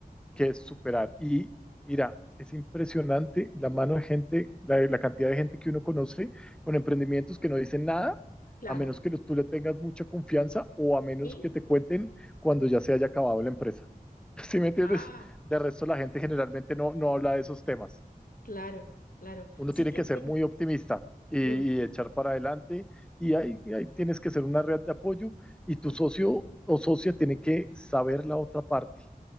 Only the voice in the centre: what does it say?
que es superar. Y mira, es impresionante la mano de gente, la, la cantidad de gente que uno conoce con emprendimientos que no dicen nada,
a menos que tú le tengas mucha confianza o a menos
que te cuenten cuando ya se haya acabado la empresa. <laughs> ¿Sí me entiendes?
De resto, la gente generalmente no, no habla de esos temas.
Uno
tiene
que
ser muy optimista y,
y echar para adelante y ahí, y ahí tienes que ser una red de apoyo y tu
socio o socia tiene que saber la otra parte,